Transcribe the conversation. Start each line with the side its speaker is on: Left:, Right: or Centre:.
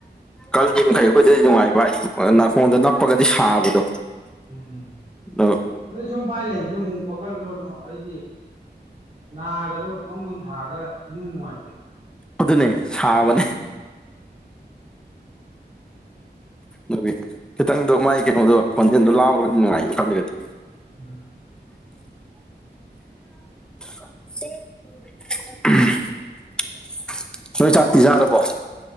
Centre: ꯀꯜꯜꯂꯤ ꯃꯈꯩ ꯑꯩꯈꯣꯏꯗꯗꯤ ꯅꯨꯡꯉꯥꯏꯕ ꯅꯥꯐꯣꯟꯗ ꯅꯞꯄꯒꯗꯤ ꯁꯥꯕꯗꯣ
Right: ꯎꯝ
Centre: ꯑ
Right: ꯑꯗꯩ ꯁꯨꯝ ꯄꯥꯏ ꯂꯩꯕꯁꯨ ꯑꯃꯨꯛ ꯋꯥꯈꯜꯗꯣ ꯅꯨꯡꯉꯥꯏꯔꯗꯤ ꯅꯥꯒꯗꯣ ꯕꯪ ꯁꯥꯔꯒ ꯏꯅꯨꯡ ꯅꯨꯡꯉꯥꯏꯇꯦꯗꯅ
Centre: ꯑꯗꯨꯅꯦ ꯁꯥꯕꯅꯦ
Right: <unintelligible>
Centre: ꯑꯗꯨꯒꯤ ꯈꯤꯇꯪꯗꯣ ꯃꯥꯒꯤ ꯀꯩꯅꯣꯗꯣ ꯈꯣꯟꯖꯦꯜꯗꯣ ꯂꯥꯎꯔꯒ ꯅꯨꯡꯉꯥꯏꯌꯦꯕ ꯀꯜꯂꯒꯗꯤ
Right: ꯎꯝ <unintelligible>
Centre: <unintelligible> ꯅꯣꯏ ꯆꯥꯛꯇꯤ ꯆꯥꯔꯕꯣ